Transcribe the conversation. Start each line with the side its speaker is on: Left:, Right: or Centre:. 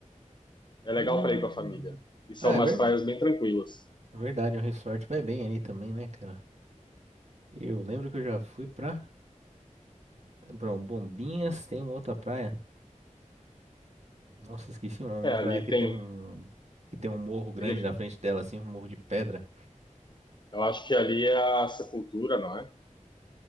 Left: É legal
Right: Ah,
Left: para ir com a família. E são
Right: ah,
Left: umas
Right: é ver-
Left: praias bem tranquilas.
Right: verdade, o resort vai bem aí também, né, cara? Eu lembro que eu já fui pra. Bom, Bombinhas tem uma outra praia. Nossa, esqueci uma, uma
Left: É,
Right: praia
Left: ali
Right: que
Left: tem,
Right: tem um. Que tem um morro grande
Left: ali
Right: na frente dela, assim, um morro de pedra.
Left: Eu acho que ali é a sepultura, não é?